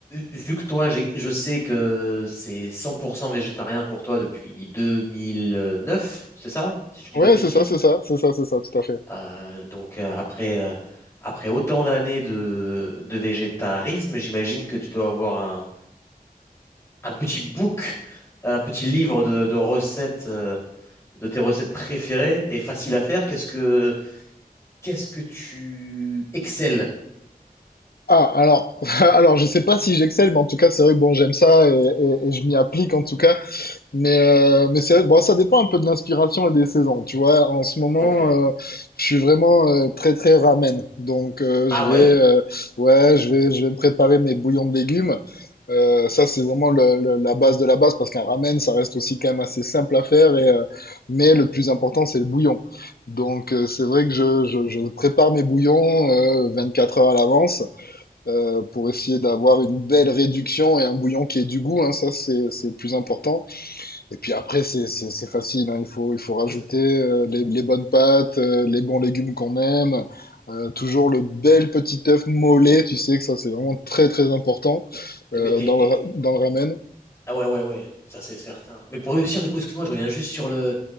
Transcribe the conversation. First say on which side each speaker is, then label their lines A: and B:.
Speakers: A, on the left; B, on the left.
A: vu que toi, j'ai- je sais que c'est 100% végétarien pour toi depuis 2009, c'est ça? Si je ne dis
B: Ouais,
A: pas de bêtises.
B: c'est ça, c'est ça, c'est ça, c'est ça, tout à fait.
A: Euh, donc euh, après, euh, après autant d'années de, de végétarisme, j'imagine que tu dois avoir un, un petit book, un petit livre de, de recettes, euh, de tes recettes préférées et faciles à faire. Qu'est-ce que, qu'est-ce que tu excelles?
B: Ah, alors, <laughs> alors, je sais pas si j'excelle, mais en tout cas, c'est vrai que bon, j'aime ça et, et- et je m'y applique en tout cas. Mais, euh, mais c'est vrai que, bon, ça dépend un peu de l'inspiration et des saisons. Tu vois, en ce moment,
A: Ok.
B: euh, je suis vraiment euh, très très ramen. Donc euh,
A: Ah
B: je
A: ouais?
B: vais, euh, ouais, je vais, je vais me préparer mes bouillons de légumes. Euh, ça, c'est vraiment le- le- la base de la base parce qu'un ramen, ça reste aussi quand même assez simple à faire. Et, euh, mais le plus important, c'est le bouillon. Donc euh, c'est vrai que je, je, je prépare mes bouillons euh, 24 heures à l'avance euh, pour essayer d'avoir une belle réduction et un bouillon qui ait du goût. Hein, ça, c'est c'est le plus important. Et puis après, c'est c'est- c'est facile, hein. Il faut, il faut rajouter
A: Parce-
B: euh, les, les bonnes pâtes, euh, les bons légumes qu'on aime, euh, toujours le bel petit œuf mollet, tu sais que ça c'est vraiment très très important euh,
A: eh ben, Et,
B: dans le, ra- dans le ramen.
A: Ah ouais, ouais, ouais, ça c'est certain. Mais pour réussir, du coup, excuse-moi, je reviens juste sur le,